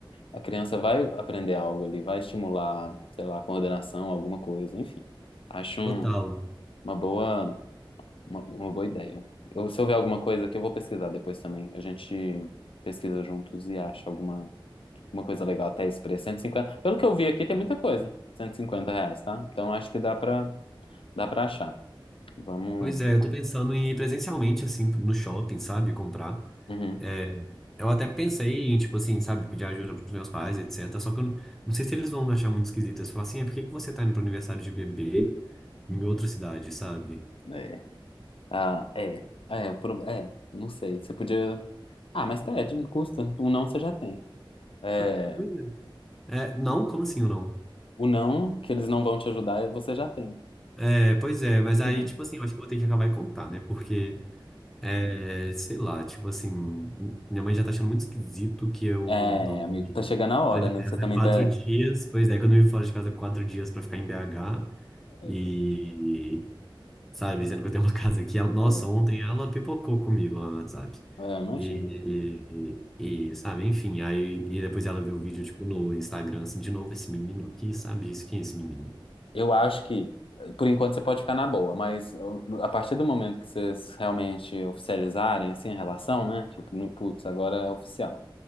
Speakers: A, on the left; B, in the centre.
A: a criança vai aprender algo ali, vai estimular, sei lá, coordenação, alguma coisa, enfim. Acho um-
B: total.
A: uma boa. Uma, uma boa ideia. Eu, se eu ver alguma coisa aqui, eu vou pesquisar depois também. A gente pesquisa juntos e acha alguma, alguma coisa legal até esse preço. cento e cinquenta Pelo que eu vi aqui, tem muita coisa. cento e cinquenta reais, tá? Então acho que dá pra, dá pra achar. Vamos.
B: Pois é, eu tô pensando em ir presencialmente, assim, no shopping, sabe? Comprar.
A: Uhum.
B: É, eu até pensei em, tipo assim, sabe, pedir ajuda pros meus pais, etc. Só que eu não, não sei se eles vão achar muito esquisito. Eles falam assim, é, por que que você tá indo pro aniversário de bebê em outra cidade, sabe?
A: É. Ah, é. É, o pro- é, não sei. Você podia. Ah, mas pede, não custa. O não você já tem. É,
B: Pois pois é. É, não, como assim ou não?
A: o não, que eles não vão te ajudar, você já tem.
B: É, pois é, mas
A: <laughs>
B: aí, tipo assim, eu acho que eu vou ter que acabar e contar, né? Porque, é, sei lá, tipo assim, minha mãe já tá achando muito esquisito que eu
A: É,
B: dormi
A: amigo, tá chegando a hora,
B: fora de
A: né?
B: casa
A: Você também
B: quatro
A: tá.
B: dias. Pois é, que eu dormi fora de casa quatro dias pra ficar em BH.
A: é,
B: E sabe? dizendo que eu tenho uma <laughs> casa aqui. Ela- Nossa,
A: é.
B: ontem ela pipocou comigo lá no WhatsApp.
A: É, imagino.
B: E, e, e, sabe, enfim, aí e depois ela viu o vídeo, tipo, no Instagram, assim, de novo, esse menino aqui, sabe? Isso, quem é esse menino?
A: Eu acho que, por enquanto, você pode ficar na boa, mas uh, a partir do momento que vocês realmente oficializarem, assim, a relação, né? Tipo, no putz, agora é oficial.